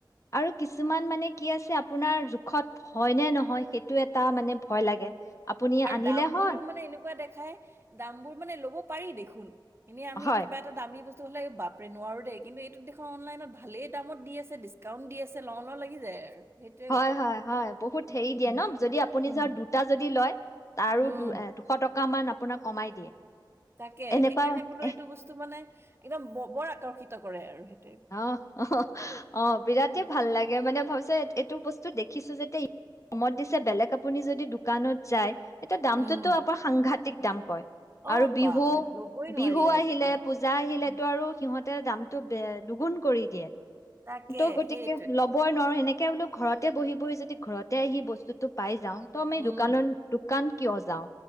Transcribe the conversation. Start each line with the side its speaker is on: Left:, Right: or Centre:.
Left: আৰু কিছুমান মানে, কি আছে আপোনাৰ জোখত হয় নে নহয় সেইটো, এটা মানে ভয় লাগে। আপুনি
Right: আৰু
Left: আনিলে
Right: দাম
Left: হয়,
Right: বোৰো মানে এনেকুৱা দেখাই দাম বোৰ মানে ল'ব পাৰি দেখোন কোন? এনে আমি,
Left: হয়,
Right: কিবা এটা দামী বস্তু টো হ'লে, বাপৰে নোৱাৰো দেই। কিন্তু, এইটো দেখোন অনলাইনত ভালেই দামত দি আছে, ডিছকাউণ্ট দি আছে, লওঁ লওঁ লাগি যায় আৰু সেইটোৱে
Left: হয়-
Right: কথা
Left: হয় -হয়। বহুত হেৰি
Right: উম
Left: দিয়ে ন যদি আপুনি
Right: উম
Left: ধৰ দুটা যদি লয় তাৰো
Right: উম
Left: দু এ দুশ টকা <unintelligible> মান আপোনাক কমাই দিয়ে।
Right: তাকে
Left: এনেকুৱা
Right: সেইকাৰণে বোলো এইটো বস্তু মানে একদম ব-বৰ আকৰ্ষিত কৰে আৰু সেই
Left: অঁ! অঁ! অঁ! বিৰাটেই
Right: উম
Left: ভাল লাগে। মানে হৈছে, এইটো বস্তু দেখিছো যেতিয়া, ই কমত দিছে, বেলেগ আপুনি যদি দোকানত যায়। এতিয়া দামটোতো
Right: উম
Left: আপাৰ সাংঘাতিক- থিক দাম কয়।
Right: অ
Left: আৰু বিহু।
Right: বা ল'বই
Left: বিহু
Right: নোৱাৰি আৰু
Left: আহিলে
Right: তেতিয়া
Left: পূজা আহিলেতো
Right: উম,
Left: আৰু সিহঁত তাৰ দামটো বেয়া। দুগুণ কৰি দিয়ে
Right: তাকে
Left: তো গতিকে,
Right: সেইটোৱেটো
Left: ল'বই নোৱাৰো সেনেকে বোলো ঘৰতে বহি বহি যদি ঘৰতে আহি বস্তুটো পাই যাওঁ ত আমি
Right: উম,
Left: দোকানৰ দোকান কিয় যাওঁ